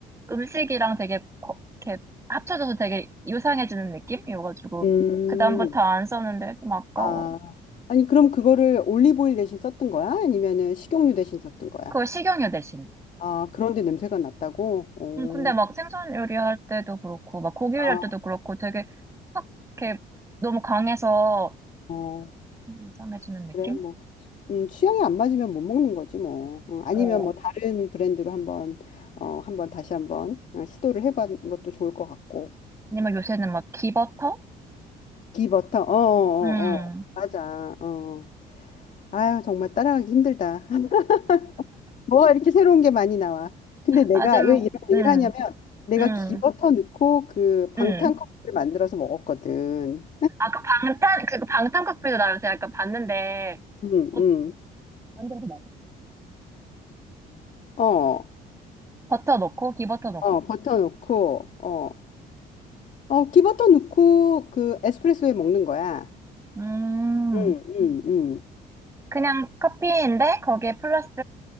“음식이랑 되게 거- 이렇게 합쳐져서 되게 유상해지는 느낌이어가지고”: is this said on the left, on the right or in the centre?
Right